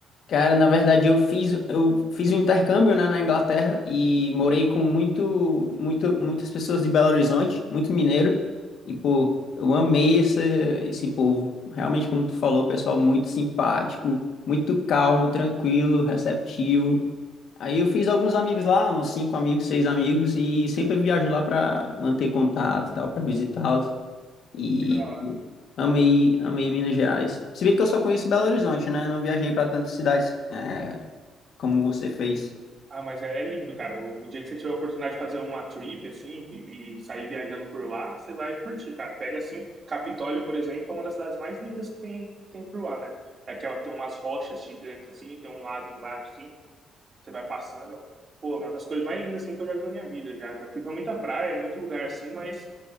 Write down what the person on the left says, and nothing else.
Cara, na verdade eu fiz eu fiz um intercâmbio, né, na Inglaterra e morei com muito, muito, muitas pessoas de Belo Horizonte, muito mineiro, e pô, eu amei esse, esse povo. Realmente, como tu falou, pessoal muito simpático, muito calmo, tranquilo, receptivo. Aí eu fiz alguns amigos lá, uns cinco amigos, seis amigos, e sempre viajo lá para manter contato e tal, para visitá-los. E
amei, amei Minas Gerais. Se bem que eu só conheço Belo Horizonte, né? Não viajei para tantas cidades é, como você fez.